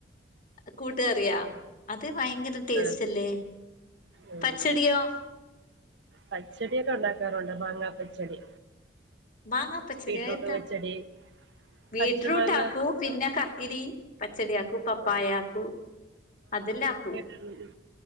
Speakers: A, on the left (about 45°); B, on the right (about 65°).
A: കൂട്ട്കറിയാ അത് ഭയങ്കര ടേസ്റ്റ്
B: ആഹ്
A: അല്ലേ
B: ഉം
A: പച്ചടിയോ
B: പച്ചടിയൊക്കെ ഉണ്ടാക്കാറുണ്ട് മാങ്ങാ പച്ചടി
A: മാങ്ങ പച്ചടി
B: ബീറ്റ്റൂട്ട്
A: അത് എന്താ
B: പച്ചടി
A: ബീറ്റ്റൂട്ട്
B: പച്ചമാങ്ങ
A: ആക്കും പിന്നെ കക്കിരി പച്ചടി ആക്കും പപ്പായ
B: ആഹ്
A: ആക്കും അതെല്ലാ ആക്കൂ
B: ഉം ഉം